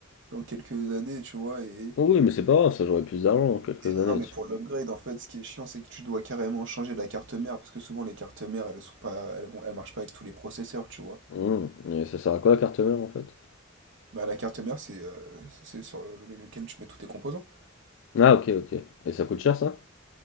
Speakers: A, on the right; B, on the left.
A: dans quelques années, tu vois. Et,
B: Oui, mais c'est pas grave, ça j'aurai plus d'argent dans quelques
A: et, euh,
B: années.
A: non, mais
B: tu-
A: pour l'upgrade, en fait, ce qui est chiant, c'est que tu dois carrément changer la carte mère, parce que souvent, les cartes mères, elles sont pas, elles vont, elles marchent pas avec tous les processeurs, tu vois.
B: Hum, Et ça sert à quoi la carte mère en fait?
A: Bah, la carte mère, c'est euh, c'est sur euh, lequel tu mets tous tes composants.
B: Ah ok, ok. Et ça coûte cher ça?